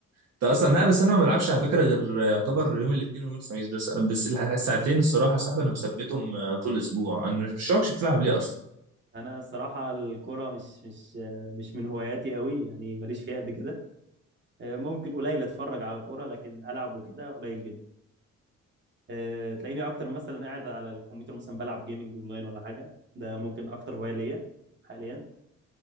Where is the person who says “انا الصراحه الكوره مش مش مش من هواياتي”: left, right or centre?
Right